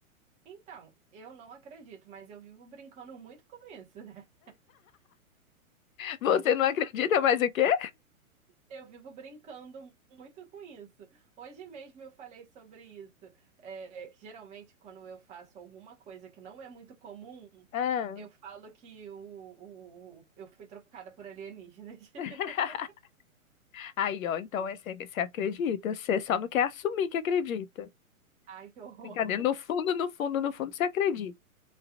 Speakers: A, on the right; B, on the left.
A: então, eu não acredito, mas eu vivo brincando muito com isso, né?
B: Você não acredita mais o quê?
A: Eu vivo brincando muito com isso. Hoje mesmo eu falei sobre isso. É, que geralmente, quando eu faço alguma coisa que não é muito comum,
B: Ah.
A: eu falo que o, o- eu fui trocada por alienígenas. <laughs>
B: <laughs> Aí, ó, então é você, você acredita, você só não quer assumir que acredita.
A: Ai, que horror.
B: Brincadeira, no fundo, no fundo, no fundo, você acredita.